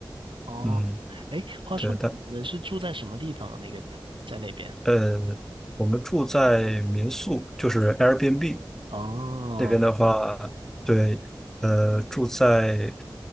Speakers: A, on the right; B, in the centre.
A: 哦，
B: 嗯，
A: 哎，话说你们是住在什么地方啊？
B: 对，但
A: 那个在那边？
B: 呃，我们住在民宿，就是 Airbnb。
A: 哦，
B: 那边的话，对，呃，住在